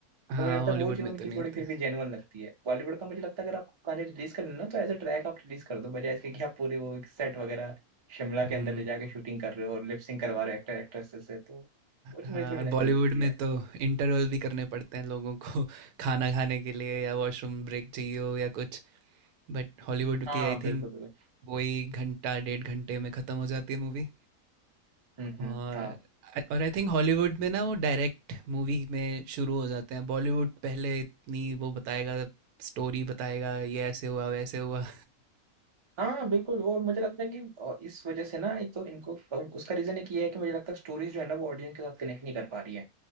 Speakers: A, on the right; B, on the right.
A: हाँ
B: तो मुझे लगता
A: हॉलीवुड
B: है वो चीज़
A: में
B: उनकी
A: तो नहीं
B: थोड़ी
A: होते
B: फिर भी जेन्युइन लगती है बॉलीवुड का मुझे लगता है अगर आपको गाने रिलीज करने हैं ना तो एज अ ट्रैक आप रिलीज कर दो बजाय इसके कि आप पूरे वो सेट वगैरह शिमला के
A: हम्म
B: अंदर ले जाके शूटिंग कर रहे हो और लिपसिंग करवा रहे हो एक्टर एक्ट्रेस से तो वो चीज़
A: हाँ
B: मुझे थोड़ी
A: और बॉलीवुड
B: नकली लगती है
A: में तो इंटरवल भी करने पड़ते हैं लोगों को <laughs> खाना खाने के लिए या वॉशरूम ब्रेक चाहिए हो या कुछ बट हॉलीवुड
B: हाँ
A: की आई
B: बिल्कुल
A: थिंक
B: बिल्कुल
A: वही घंटा डेढ़ घंटे में ख़त्म हो जाती है मूवी
B: हम्म हम्म
A: और
B: हाँ
A: और आई थिंक हॉलीवुड में ना वो डायरेक्ट मूवी में शुरू हो जाते हैं बॉलीवुड पहले इतनी वो बताएगा स्टोरी बताएगा ये ऐसे हुआ वैसे हुआ
B: हाँ बिल्कुल और मुझे लगता है कि अ, इस वजह से ना एक तो इनको उसका रीजन एक ये है कि मुझे लगता है स्टोरीज जो है ना वो ऑडियंस के साथ कनेक्ट नहीं कर पा रही है